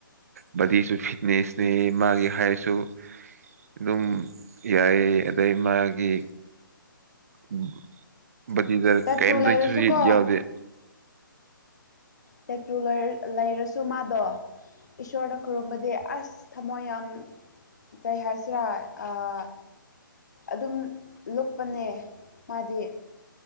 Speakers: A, on the right (about 45°); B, on the left (about 55°).
A: ꯕꯗꯤꯁꯨ ꯕꯦꯁꯅꯦ ꯃꯥꯒꯤ ꯍꯥꯏꯠꯁꯨ ꯑꯗꯨꯝ ꯌꯥꯏ ꯑꯗꯩ ꯃꯥꯒꯤ ꯎꯝ ꯕꯗꯤꯗ
B: ꯇꯦꯇ꯭ꯔꯨ
A: ꯀꯩꯝꯗꯁꯨ
B: ꯂꯩꯔꯁꯨꯀꯣ
A: ꯌꯥꯎꯗꯦ
B: ꯇꯦꯇꯨ ꯂꯩꯔ ꯂꯩꯔꯁꯨ ꯃꯥꯗꯣ ꯏꯁꯣꯔꯗ ꯈꯨꯔꯨꯝꯕꯗꯤ ꯑꯁ ꯊꯃꯣꯏ ꯌꯥꯝ ꯀꯩ ꯍꯥꯏꯁꯤꯔꯥ ꯑꯥ ꯑꯗꯨꯝ ꯂꯨꯞꯄꯅꯦ ꯃꯥꯗꯤ